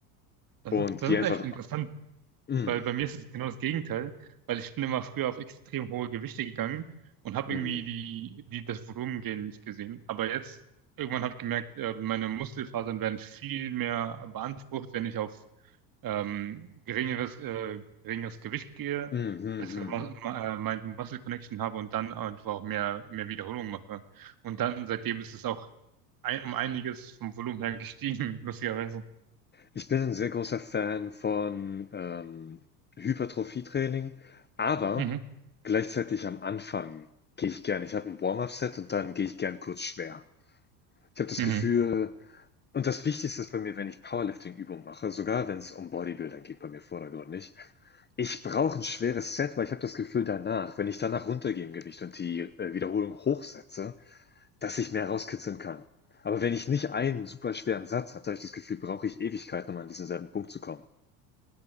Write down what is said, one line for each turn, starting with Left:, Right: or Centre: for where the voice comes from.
Right: Das
Left: und
Right: ist, das
Left: gehe
Right: ist
Left: einfach.
Right: echt interessant.
Left: Mm,
Right: Weil bei mir ist es genau das Gegenteil, weil ich bin immer früher auf extrem hohe Gewichte gegangen und habe
Left: mm,
Right: irgendwie die, die, das Volumen gehen nicht gesehen. Aber jetzt, irgendwann habe ich gemerkt, äh, meine Muskelfasern werden viel mehr beansprucht, wenn ich auf ähm, geringeres, äh, geringeres Gewicht gehe,
Left: mm, mm, mm.
Right: bessere Mu-
Left: mm.
Right: äh, Mind-Muscle Connection habe und dann einfach auch mehr, mehr Wiederholung mache. Und dann seitdem ist es auch ein, um einiges vom Volumen her gestiegen, <laughs> lustigerweise.
Left: Ich bin ein sehr großer Fan von ähm, Hypertrophie-Training, aber
Right: Mhm.
Left: gleichzeitig am Anfang gehe ich gern. Ich habe ein Warm-up-Set und dann gehe ich gern kurz schwer. Ich habe das
Right: Mhm.
Left: Gefühl, Und das Wichtigste ist bei mir, wenn ich Powerlifting-Übungen mache, sogar wenn es um Bodybuilding geht, bei mir vordergründig, ich brauche ein schweres Set, weil ich habe das Gefühl danach, wenn ich danach runtergehe im Gewicht und die äh, Wiederholung hochsetze, dass ich mehr rauskitzeln kann. Aber wenn ich nicht einen super schweren Satz habe, habe ich das Gefühl, brauche ich Ewigkeiten, um an diesen selben Punkt zu kommen.